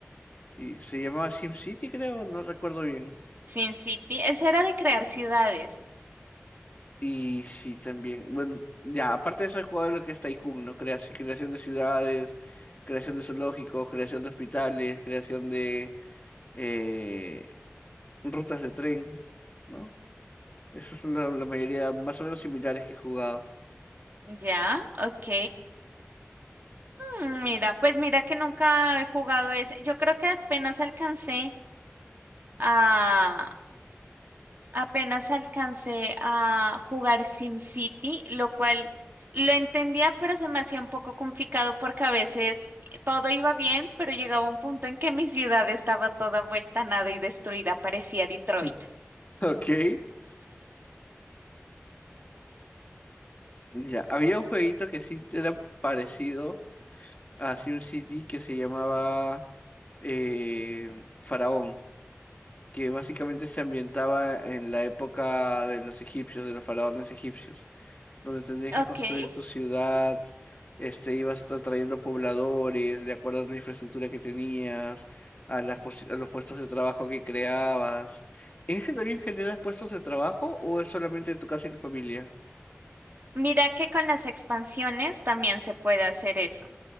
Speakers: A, on the left; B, on the right.
A: sí, se llamaba SimCity, creo, no recuerdo bien.
B: Sin City, ese era de crear ciudades,
A: Y sí, también. Bueno, ya, aparte de eso he jugado lo que es Tycoon, ¿no? Crea- creación de ciudades, creación de zoológicos, creación de hospitales, creación de eh, rutas de tren, ¿no? Esas son la, la mayoría más o menos similares que he jugado.
B: ya, ok. Mm, mira, pues mira que nunca he jugado ese. Yo creo que apenas alcancé a, apenas alcancé a jugar Sin City, lo cual lo entendía, pero se me hacía un poco complicado porque a veces todo iba bien, pero llegaba un punto en que mi ciudad estaba toda vuelta a nada y destruida, parecía Detroit.
A: <laughs> Ok. Ya, había un jueguito que sí era parecido a SimCity que se llamaba eh, Faraón, que básicamente se ambientaba en la época de los egipcios, de los faraones egipcios. donde tendrías
B: Ok.
A: que construir tu ciudad, este, ibas tra- trayendo pobladores de acuerdo a la infraestructura que tenías, a las posi- a los puestos de trabajo que creabas. ¿En ese también generas puestos de trabajo o es solamente tu casa y tu familia?
B: Mira que con las expansiones también se puede hacer eso.